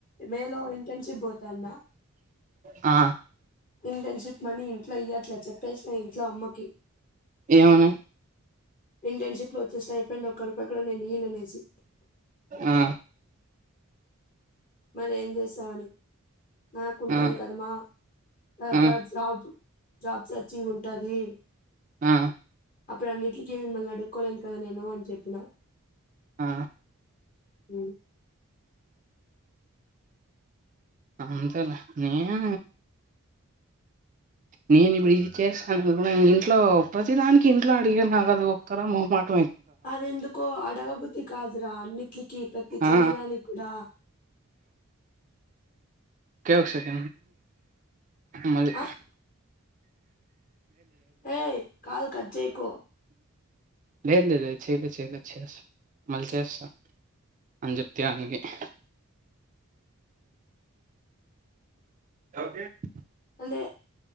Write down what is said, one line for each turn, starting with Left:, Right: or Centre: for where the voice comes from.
Left: మేలో ఇంటర్న్షిప్ పోతాన్న
Right: ఆ
Left: ఇంటర్న్షిప్ మనీ ఇ పలహ్యలాచ పేస్ట్ ఇంట్లో అమ్మకి
Right: ఏ మ
Left: ఇంటర్న్షిప్ లో వచ్చేస్త అయిపోడి ఒక్క రూపాయి కూడా నేను ఈయన అనేసి
Right: ఆ
Left: మరి ఏం చేసామని నాకుంటది
Right: ఆ!
Left: కదమ్మా తత
Right: ఆ!
Left: జాబ్ జాబ్ సర్చింగ్ ఉంటుది
Right: ఆ
Left: అప్పుడు అన్నింటికి మిమ్మల్ని అడుక్కకోలేను కదా నేను అని చెప్పిన
Right: ఆ
Left: అ
Right: అంతేలే నేను నేను ఇప్పుడు ఇది చేస్తాను కు ఇంట్లో ప్రతిదానికి ఇంట్లో అడిగీనా కదు ఒక్కార మో మాట
Left: అదే ఎందుకో అడగ బుద్ కాదు రా అన్ ట్కి ప్రతి చిన్నదాని
Right: ఆ
Left: కూడా
Right: కేవు సక మది
Left: ఆ ఏయ్ కాల్ కట్చేకు
Right: లేదు లేదు చేయలే చేయలే చేస్తా మళ్ళీ చేస్తా అని చెప్తే ఆనికి <inaudible> <inaudible>
Left: అదే